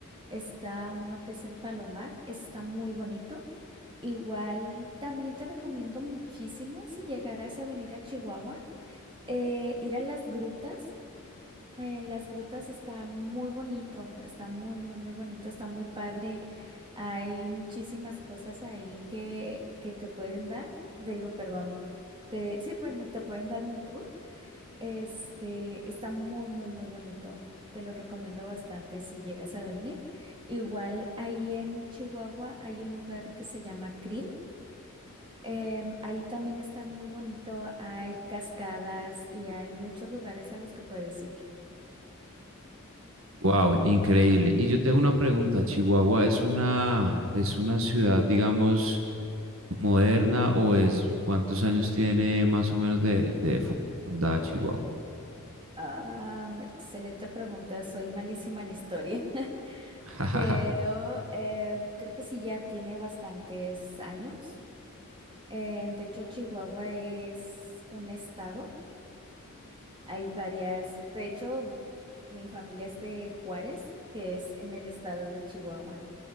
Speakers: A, on the right (about 20°); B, on the right (about 65°).
A: Está uno que es el Palomar, está muy bonito. Igual también te recomiendo muchísimo si llegaras a venir a Chihuahua, eh, ir a las grutas. Eh, las grutas está muy bonito, está muy, muy, muy bonito, está muy padre. Hay muchísimas cosas ahí que, que te pueden dar, digo, perdón, te, sí, bueno, te pueden dar un tour. Este, está muy, muy, muy bonito. Te lo recomiendo bastante si llegas a venir. Igual ahí en Chihuahua hay un lugar que se llama Krill. Em, ahí también está muy bonito, hay cascadas y hay muchos lugares a los que puedes ir.
B: Wow, increíble. Y yo tengo una pregunta, ¿Chihuahua es una, es una ciudad, digamos, moderna o es cuántos años tiene más o menos de, de fu- fundada Chihuahua?
A: Ah, mm, excelente pregunta. Soy malísima en historia, <laughs>
B: <laughs>
A: pero em, creo que sí ya tiene bastantes años. Eh, de hecho, Chihuahua es un estado. Hay varias. De hecho, mi familia es de Juárez, que es en el estado de Chihuahua.